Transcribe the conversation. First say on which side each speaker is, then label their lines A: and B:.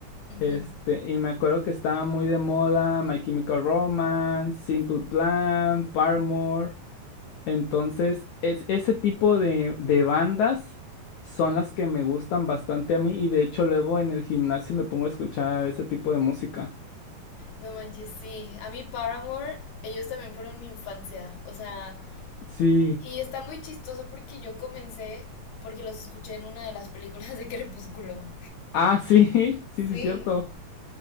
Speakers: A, on the left (about 70°); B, on the left (about 85°).
A: Ujú,
B: Este, y me acuerdo que estaba muy de moda My Chemical Romance, Simple
A: sí.
B: Plan, Paramore. Entonces, es, ese tipo de, de bandas son las que me gustan bastante a mí y de hecho luego en el gimnasio me pongo a escuchar ese tipo de música.
A: No manches, sí. A mí Paramore, ellos también fueron mi infancia. O sea,
B: Sí.
A: y está muy chistoso porque yo comencé porque los escuché en una de las películas de Crepúsculo.
B: Ah, sí, <laughs> sí,
A: Sí,
B: sí, cierto.